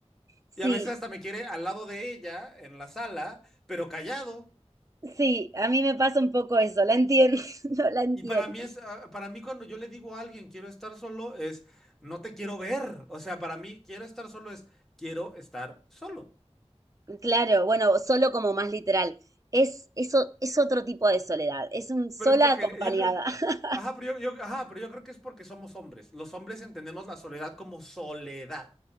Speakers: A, on the right (about 30°); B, in the centre.
A: Sí,
B: y a veces hasta me quiere al lado de ella, en la sala, pero callado.
A: Sí, a mí me pasa un poco eso, la entiendo, <laughs> no la entiendo.
B: Y para mí es, ah, para mí cuando yo le digo a alguien quiero estar solo es no te quiero ver. O sea, para mí quiero estar solo es quiero estar solo.
A: Claro, bueno, solo como más literal. Es, eso, es otro tipo de soledad, es un sola
B: Pero es porque
A: acompañada.
B: yo creo,
A: <laughs>
B: ajá, pero yo, yo- ajá, pero yo creo que es porque somos hombres. Los hombres entendemos la soledad como soledad,